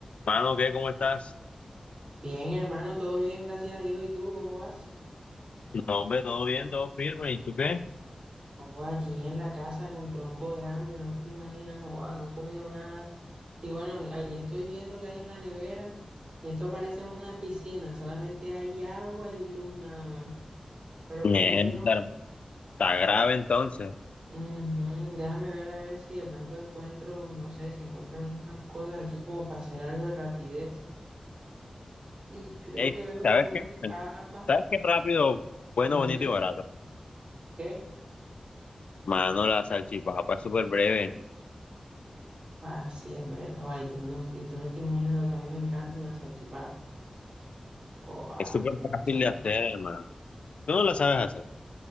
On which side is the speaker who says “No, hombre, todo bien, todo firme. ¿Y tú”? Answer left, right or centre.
Left